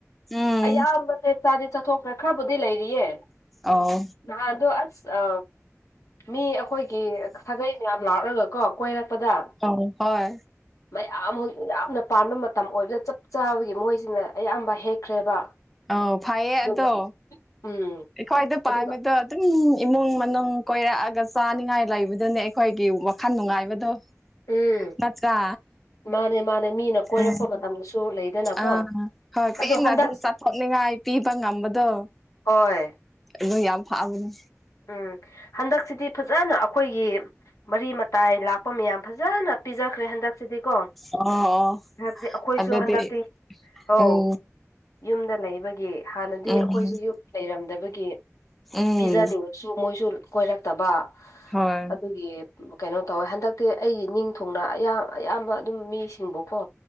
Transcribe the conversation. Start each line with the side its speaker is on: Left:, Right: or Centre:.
Centre: ꯎꯝ
Left: ꯑꯌꯥꯝꯕꯁꯦ ꯆꯥꯗꯤ ꯆꯠꯊꯣꯛꯈ꯭ꯔꯦ ꯈꯔꯕꯨꯗꯤ ꯂꯩꯔꯤꯌꯦ
Centre: ꯑꯧ
Left: ꯍꯥꯗꯣ ꯑꯁ ꯑ ꯃꯤ ꯑꯩꯈꯣꯏꯒꯤ ꯁꯥꯒꯩ ꯃꯌꯥꯝ ꯂꯥꯛꯂꯒ ꯀꯣ ꯀꯣꯏꯔꯛ ꯄꯗ
Centre: ꯑꯧ ꯍꯣꯏ
Left: ꯃ ꯑꯝ ꯍ ꯌꯥꯝꯅ ꯄꯥꯟꯕ ꯃꯇꯝ ꯑꯣꯏꯕꯗ ꯆꯞ ꯆꯥꯕꯒꯤ ꯃꯣꯏꯁꯤꯅ ꯑꯌꯥꯝꯕ ꯍꯦꯛꯈ꯭ꯔꯦꯕ
Centre: ꯑ ꯐꯩꯌꯦ
Left: ꯑꯗꯨꯒ
Centre: ꯑꯗꯣ
Left: ꯎꯝ
Centre: ꯑꯩꯈꯣꯏꯗ
Left: ꯑꯗꯨꯒ
Centre: ꯄꯥꯝꯃꯦꯗꯣ ꯑꯗꯨꯝ ꯏꯃꯨꯡ ꯃꯅꯨꯡ ꯀꯣꯏꯔꯛꯑꯒ ꯆꯥꯅꯤꯡꯉꯥꯏ ꯂꯩꯕꯗꯨꯅꯦ ꯑꯩꯈꯣꯏꯒꯤ ꯋꯥꯈꯜ ꯅꯨꯡꯉꯥꯏꯕꯗꯣ
Left: ꯎꯝ
Centre: ꯉꯠꯇ ꯀ
Left: ꯃꯥꯅꯦ ꯃꯥꯅꯦ ꯃꯤꯅ ꯀꯣꯏꯔꯛꯄ
Centre: ꯎ
Left: ꯃꯇꯝꯗꯁꯨ ꯂꯩꯗꯅꯀꯣ
Centre: ꯑꯥ ꯍꯣꯏ ꯀ
Left: ꯑꯗꯣ ꯍꯟꯗꯛ
Centre: ꯑꯗꯨꯝ ꯆꯥꯊꯣꯛꯅꯤꯡꯉꯥꯏ ꯄꯤꯕ ꯉꯝꯕꯗꯣ
Left: ꯍꯣꯏ
Centre: ꯑꯗꯨ ꯌꯥꯝ ꯐꯕꯅꯦ
Left: ꯎꯝ ꯍꯟꯗꯛꯁꯤꯗꯤ ꯐꯖꯅ ꯑꯩꯈꯣꯏꯒꯤ ꯃꯔꯤ ꯃꯇꯥꯏ ꯂꯥꯛꯄ ꯃꯌꯥꯝ ꯐꯖꯅ ꯄꯤꯖꯈ꯭ꯔꯦ ꯍꯟꯗꯛ ꯁꯤꯗꯤꯀꯣ
Centre: ꯑꯣ ꯑꯣ
Left: ꯍꯥꯏꯕꯗꯤ ꯑꯩꯈꯣꯏꯁꯨ
Centre: ꯑꯗꯨꯗꯤ
Left: ꯍꯟꯗꯛꯇꯤ ꯑ
Centre: ꯎꯝ
Left: ꯌꯨꯝꯗ ꯂꯩꯕꯒꯤ ꯍꯥꯟꯅꯗꯤ
Centre: ꯎꯝ
Left: ꯑꯩꯈꯣꯏꯁꯨ ꯌꯨꯝꯗ ꯂꯩꯔꯝꯗꯕꯒꯤ ꯒꯤ
Centre: ꯎꯝ
Left: ꯄꯤꯖꯅꯤꯡꯉꯁꯨ ꯃꯣꯏꯁꯨ ꯀꯣꯏꯔꯛꯇꯕ
Centre: ꯍꯣꯏ
Left: ꯑꯗꯨꯒꯤ ꯀꯩꯅꯣ ꯇꯧꯋꯦ ꯍꯟꯗꯛꯇꯤ ꯑꯩꯒꯤ ꯅꯤꯡꯊꯊꯧꯅ ꯑꯌꯥꯝ ꯑꯌꯥꯝꯕ ꯑꯗꯨꯝ ꯃꯤꯁꯤꯡꯕꯀꯣ